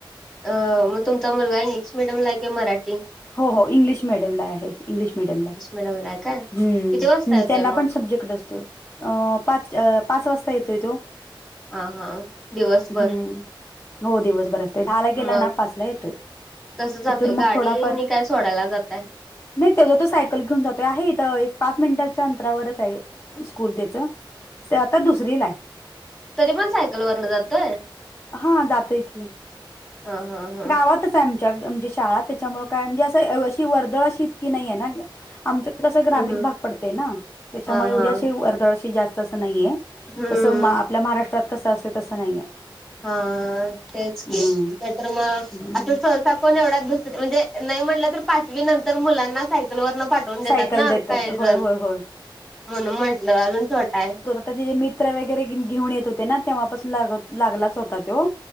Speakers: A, in the centre; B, on the left.
A: अ मग तुमचा मुलगा इंग्लिश मिडियम ला हाय का मराठी?
B: हो हो इंग्लिश मिडियमला आहे. इंग्लिश मिडियमला आहे.
A: मिडियमला आहे काय
B: हम्म
A: किती वाजता
B: हम्म
A: येतोय
B: त्यांना
A: मग
B: पण सब्जेक्ट असतो? अ पाच पाच वाजता येतोय तो
A: हा हा दिवसभर
B: हम्म हो दिवसभर असते दहाला गेला
A: मग
B: ना पाचला येतोय.
A: कसं जातय
B: तिथून मग
A: गाडीनी
B: थोडाफार
A: काय सोडायला जातय?
B: नाही त्याचा तो सायकल घेऊन जातोय आहे इथ एक पाच मिनिटाच्या अंतरावरच आहे स्कूल त्याचं. स आता दुसरी ला आहे.
A: तरी पण सायकल वरन जातोय?
B: हा जातोय की
A: हा हा हा
B: गावातच आण श त्याच्यामुळे काय म्हणे अशी वर्दळशीत की नाही आम. कसं ग्रामीण
A: हम्म हम्म
B: भाग पडते ना त्याच्यामुळे
A: हा
B: एवढी
A: हा
B: अशी वर्दळशी जास्त असं नाहीये.
A: हम्म
B: जस आपल्या महाराष्ट्रात कसं असते तसं नाहीये
A: हा तेच
B: हं.
A: की नाही तर मग
B: हम्म
A: पण एवढ अभ्यास म्हणजे नाही म्हटलं तर पाचवी नंतर मुलांना सायकल वरन पाठवून देतात
B: सायकल
A: ना
B: देतात
A: काही
B: होय
A: जण
B: होय होय
A: म्हणून म्हंटलं अजून छोटाय.
B: तर ते जे मित्र वगैरे घेऊन येत होते ना तेव्हापासून लाग लागलाच होता तो